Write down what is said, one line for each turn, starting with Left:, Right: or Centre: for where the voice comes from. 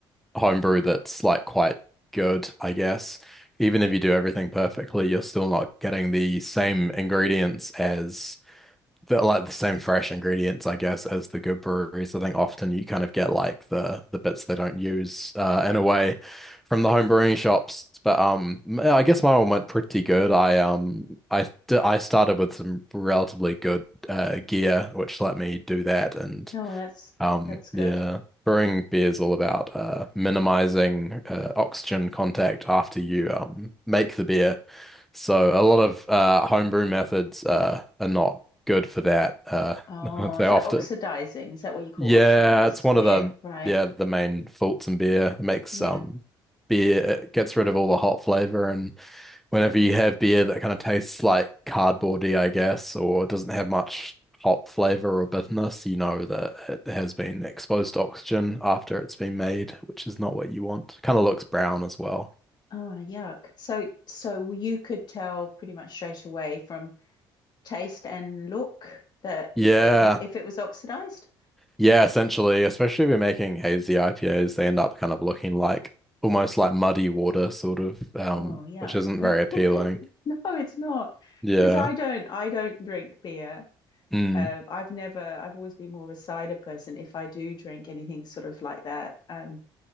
Centre: homebrew that's like quite good, I guess. Even if you do everything perfectly, you're still not getting the same ingredients as the like the same fresh ingredients, I guess, as the good breweries. I think often you kind of get like the the bits they don't use uh, in a way from the home brewing shops. But um, I guess my one went pretty good. I um, I d- I started with some relatively good uh, gear, which let me do that. And
Left: Oh, that's
Centre: um,
Left: that's good.
Centre: yeah, brewing beer is all about uh, minimizing uh, oxygen contact after you um make the beer. So a lot of uh, homebrew methods uh, are not good for that. Uh,
Left: Oh,
Centre: <laughs>
Left: is
Centre: they
Left: that
Centre: often,
Left: oxidizing? Is that what you call
Centre: yeah,
Left: oxidized
Centre: it's one
Left: beer?
Centre: of the
Left: Right.
Centre: yeah the main faults in beer. It makes
Left: Yeah.
Centre: um beer it gets rid of all the hot flavor, and whenever you have beer that kind of tastes like cardboardy, I guess, or doesn't have much hop flavor or bitterness, you know that it has been exposed to oxygen after it's been made, which is not what you want. Kind of looks brown as well.
Left: Oh, yuck. So, so you could tell pretty much straight away from taste and look that
Centre: Yeah.
Left: it w- if it was oxidized.
Centre: Yeah, essentially, especially if you're making hazy IPAs, they end up kind of looking like almost like muddy water, sort of, um,
Left: Oh, yuck.
Centre: which isn't
Left: <laughs>
Centre: very appealing.
Left: No, it's not.
Centre: Yeah.
Left: Because I don't, I don't drink beer.
Centre: Mm.
Left: Um, I've never, I've always been more of a cider person. If I do drink anything sort of like that, um.